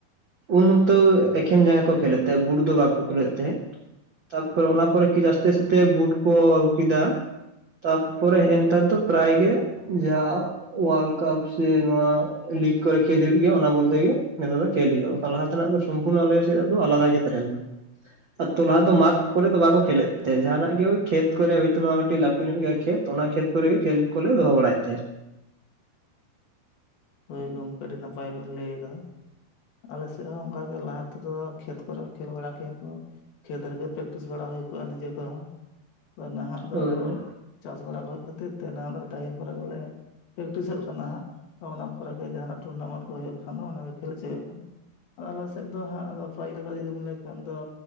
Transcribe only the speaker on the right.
ᱩᱱ ᱚᱠᱛᱚ ᱮᱠᱷᱮᱱ ᱡᱟᱸᱜᱟ ᱠᱚ ᱠᱷᱮᱞᱮᱫ ᱛᱟᱦᱮᱸᱫ ᱵᱩᱴ ᱫᱚ ᱵᱟᱠᱚ ᱠᱷᱮᱞᱳ ᱮᱫ ᱛᱟᱦᱮᱸᱫ ᱛᱟᱯᱚᱨᱮ ᱚᱱᱟ ᱯᱚᱨᱮ ᱠᱟᱹᱡ ᱟᱥᱛᱮ ᱟᱥᱛᱮ ᱵᱩᱴ ᱠᱚ ᱟᱹᱜᱩ ᱠᱮᱫᱟ ᱛᱟᱨ ᱯᱚᱨᱮ ᱦᱮᱸᱜ- ᱮ ᱱᱮᱛᱟᱨ ᱫᱚ ᱯᱨᱟᱭ ᱜᱮ ᱡᱟ ᱳᱣᱟᱞᱰ ᱠᱟᱯ ᱥᱮ ᱱᱚᱣᱟ ᱞᱤᱜᱽ ᱠᱚᱨᱮ ᱠᱷᱮᱞ ᱦᱩᱭᱩᱜ ᱜᱮᱭᱟ ᱚᱱᱟ ᱵᱚᱞᱛᱮ ᱜᱮ ᱱᱮᱛᱟᱨ ᱫᱚ ᱠᱷᱮᱞ ᱦᱩᱭᱩᱜ-ᱟ᱾ ᱛᱟᱨ ᱞᱟᱦᱟ ᱛᱮᱱᱟᱜ ᱫᱚ ᱥᱚᱢᱯᱩᱨᱱᱚ ᱟᱞᱚ ᱥᱮᱫ-ᱟᱜ ᱫᱚ ᱟᱞᱟᱫᱟ ᱜᱮ ᱛᱟᱦᱮᱸᱞᱮᱱᱟ᱾ ᱟᱹᱛᱩ ᱞᱟᱦᱟ ᱫᱚ ᱢᱟᱴᱷ ᱠᱚᱨᱮ ᱫᱚ ᱵᱟᱠᱚ ᱠᱷᱮᱞᱮᱫ ᱛᱟᱦᱮᱸᱫ ᱡᱟᱦᱟᱱᱟᱜ ᱜᱮ ᱠᱷᱮᱛ ᱠᱚᱨᱮ ᱦᱳᱭᱛᱚ ᱠᱟᱹᱴᱤᱡ ᱞᱟᱹᱴᱩ ᱧᱚᱜ ᱜᱮ ᱠᱷᱮᱛ ᱚᱱᱟ ᱠᱷᱮᱛ ᱠᱚᱨᱮ ᱜᱮ ᱠᱷᱮᱞ ᱠᱚᱞᱮ ᱫᱚᱦᱚ ᱵᱟᱲᱟᱭᱮᱫ ᱛᱟᱦᱮᱸᱫ ᱾
ᱦᱳᱭ
ᱦᱳᱭ